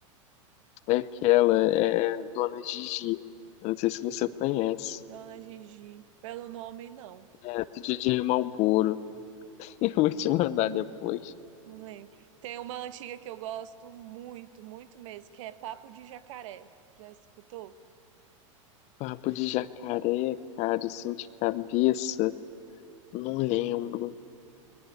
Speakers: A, on the left; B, on the right.
A: é aquela, é Dona Gigi, eu não sei se você conhece.
B: Dona Gigi, pelo nome não.
A: É, do DJ Malboro. <laughs> Eu vou te mandar
B: Hum,
A: depois.
B: Não lembro. Tem uma antiga que eu gosto muito, muito mesmo, que é Papo de Jacaré. Já escutou?
A: Papo de jacaré, cara, assim, de cabeça. Não lembro.